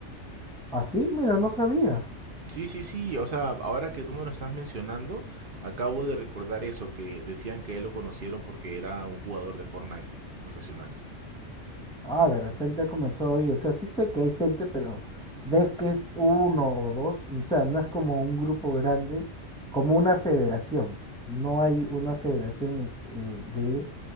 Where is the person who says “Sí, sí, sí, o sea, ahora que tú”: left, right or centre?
Right